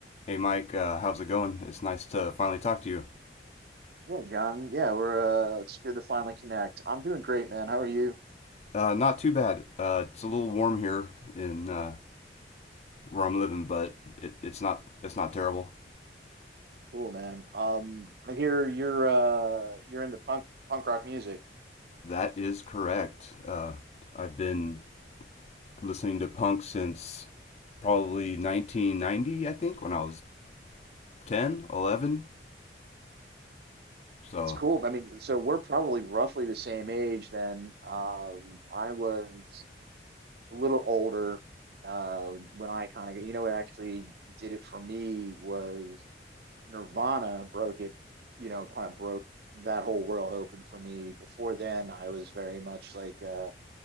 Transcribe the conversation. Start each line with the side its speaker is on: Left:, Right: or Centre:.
Left: Hey Mike, uh, how's it going? It's nice to finally talk to you.
Right: Yeah, John. Yeah, we're uh it's good to finally connect. I'm doing great, man. How are you?
Left: Uh, not too bad. Uh, it's a little warm here in uh, where I'm living, but it, it's not it's not terrible.
Right: Cool, man. Um, I hear you're uh you're into punk punk rock music.
Left: That is correct. Uh, I've been listening to punk since probably 1990, I think, when I was 10, 11. So
Right: It's cool. I mean, so we're probably roughly the same age then. Um, I was a little older uh when I kind of you know what actually did it for me was Nirvana broke it, you know, kind of broke that whole world open for me. Before then, I was very much like a